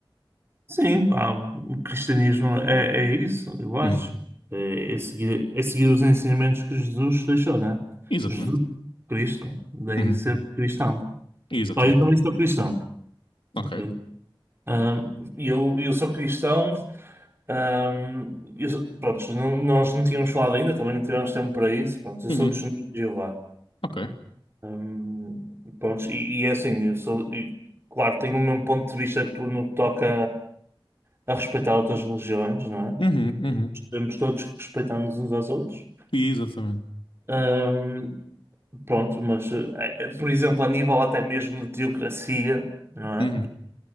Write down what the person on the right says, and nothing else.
Sim, pá, o cristianismo é, é isso, eu acho.
É, é seguir, é seguir os ensinamentos que Jesus deixou, né?
Jesus, Cristo, daí
ser cristão.
Pá, eu também sou cristão,
ok? Ahm, e eu, eu sou cristão, ahm, eu sou- pronto, não- nós não tínhamos falado ainda, também não tivemos tempo para isso, pronto, eu
sou testemunho de Jeová.
Ahm, pronto, e, e é assim, eu sou, e, claro, tenho o mesmo ponto de vista que tu no que toca. a respeitar outras religiões, não é?
Temos todos que respeitar-nos uns aos outros.
Ahm, pronto, mas, eh, eh, por exemplo, a nível até mesmo de teocracia, não é?